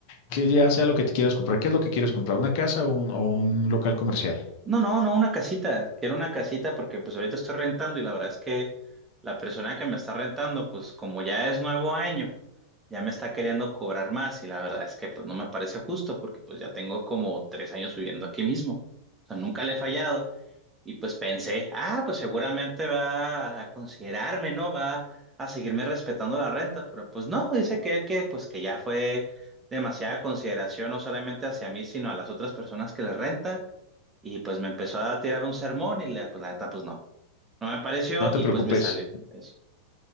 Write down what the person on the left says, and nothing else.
que ya sea lo que te quieras comprar, qué es lo que quieres comprar, una casa o un, o un local comercial.
No te
preocupes.